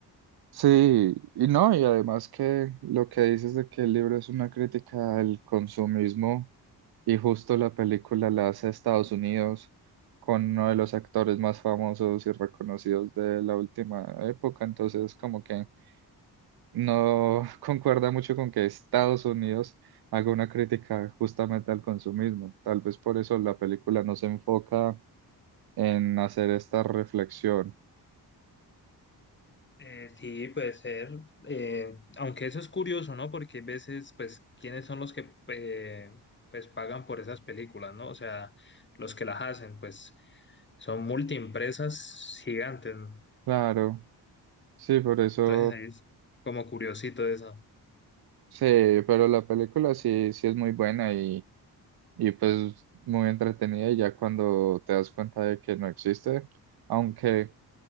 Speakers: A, on the right; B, on the left.
A: Sí, y no, y además que lo que dices de que el libro es una crítica al consumismo y justo la película la hace Estados Unidos con uno de los actores más famosos y reconocidos de la última época, entonces como que no <laughs> concuerda mucho con que Estados Unidos haga una crítica justamente al consumismo. Tal vez por eso la película no se enfoca en hacer esta reflexión.
B: Eh, sí, puede ser. Eh, aunque eso es curioso, ¿no? Porque hay veces, pues, ¿quiénes son los que eh, pues pagan por esas películas, ¿no? O sea, los que las hacen, pues, son multiempresas gigantes. ¿no?
A: Claro. Sí, por eso,
B: Entonces, ahí es como curiosito eso.
A: sí, pero la película sí, sí es muy buena y, y pues muy entretenida y ya cuando te das cuenta de que no existe, aunque